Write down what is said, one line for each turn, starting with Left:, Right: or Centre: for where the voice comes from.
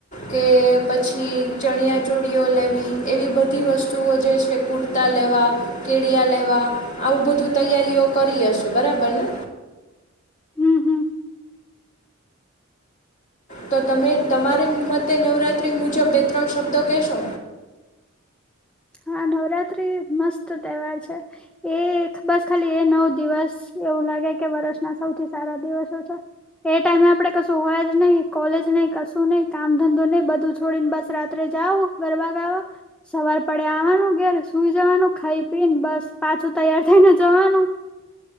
Left: કે પછી ચણિયા ચોલિ ઓ લેવી એવી બધી વસ્તુઓ જે છે કુર્તા લેવા કેળિયા લેવા આવું બધું તૈયારીઓ કરી હશે બરાબર ને.
Centre: હમ હમ
Left: તો તમે તમારી મતે નવરાત્રિ મુજબ બે ત્રણ શબ્દો કહેશો?
Centre: હા નવરાત્રી મસ્ત તહેવાર છે. એ એખ બસ ખાલી એ નવ દિવસ એવું લાગે કે વર્ષના સૌથી સારા દિવસો છે. એ ટાઈમે આપડે કશું હોય જ નહી કોલેજ નહી કશું નઈ કામ ધંધો નઈ બધું છોડીને બસ રા જાવ ગરબ ગાવા સવાર ઘર આવાનું ઘેર સુઈ જવાનું ખાઈ પી ને બસ પાછું તૈયાર થઈને જવાનું.